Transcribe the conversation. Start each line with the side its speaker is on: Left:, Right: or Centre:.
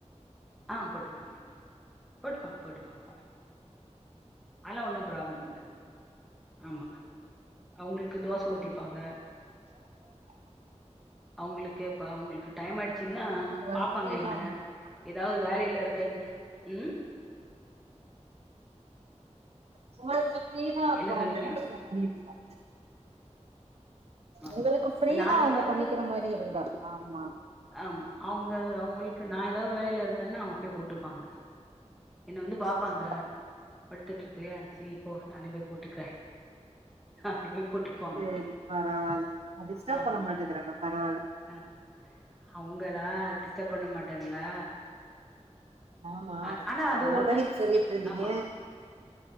Centre: ஆ போட்டுப்பாங்க போட்டுப்பாங்க போட்டுப்பாங்கப்பா ஆதலாம் ஒன்னும் ப்ராப்ளம் இல்ல ஆமா அவுங்ளுக்கு தோச ஊத்தி ப்பாங்க
Right: <inaudible>
Centre: அவுங்களுக்கு எப் இப்ப அவுங்களுக்கு டைம் ஆயிடுச்சுன்னா
Right: ஒர்க்
Centre: பாப்பாங்க
Right: ஃப்ரீதா
Centre: என்ன
Right: உங்களுக்கு
Centre: ஏதாவது வேலையில இருக்கேன்னு ம்
Right: சோறு பிஃரீனா
Centre: என்ன
Right: போனவாங்க
Centre: சொன்னீங்க
Right: சமைக்கிற மாரி இருந்தா
Centre: ஆமா
Right: உங்களுக்கு ஃப்ரீதா
Centre: இப்ப நா
Right: அவங்க
Centre: ஏதாவது
Right: பண்ணிக்கிற மாரி இருந்தா ஆமா
Centre: ஆமா அவுங்க அவுங்களுக்கு நா ஏதாவது வேலயில இருந்தேன்னா அவுங்க போய் போட்டுப்பாங்க என்ன வந்து பாப்பாங்க
Right: சேரி
Centre: படுத்துட்டு இருக்கியா செரி போ நானே போய் போட்டுக்க அப்டி போய் போட்டுப்பாங்க
Right: சேரி பரவால்ல டிஸ்டர்ப்
Centre: ஆமா
Right: பண்ண மாட்டேங்கிறாங்க பரவால்ல
Centre: அ அவங்களா டிஸ்டர்ப் பண்ண மாட்டாங்களா
Right: ஆமா
Centre: அ- ஆனா அது
Right: அததா
Centre: ஒண்ணு
Right: அன்னிக் சொல்லிட் இருந்தீங்க
Centre: ஆமா